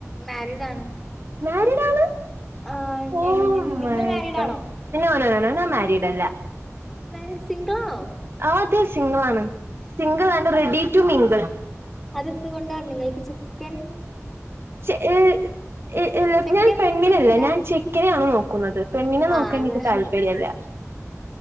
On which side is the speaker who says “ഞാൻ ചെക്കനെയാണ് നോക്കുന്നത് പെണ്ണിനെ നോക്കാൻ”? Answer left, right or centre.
Right